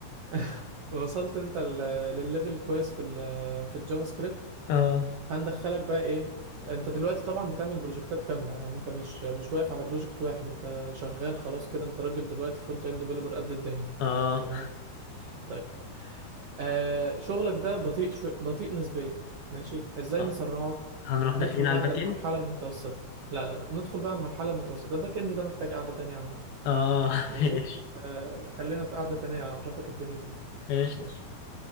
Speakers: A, on the right; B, on the left.
A: <laughs> وصلت انت ال- للليفل الكويس في ال في الجافا سكريبت
B: اه
A: هندخلك بقى ايه انت دلوقتي طبعا بتعمل بروجكتات كامله يعني انت مش مش واقف على بروجكت واحد انت شغال خلاص كده انت راجل دلوقتي فرونت اند ديفلوبر قد الدنيا
B: اه
A: تمام طيب آه شغلك ده بطيء شو... بطيء نسبيا ماشي ازاي
B: آه.
A: نسرعه
B: هنروح داخلين
A: ندخل بقى
B: على الباك
A: على المرحلة
B: اند
A: المتوسطة لا لا لا ندخل بقى على المرحلة المتوسطة الباك اند ده محتاج قعدة تانية عامة
B: اه
A: ماشي
B: <laughs> ماشي
A: آه خلينا في قعدة تانية اعرفك الدنيا فيه
B: ماشي
A: ماشي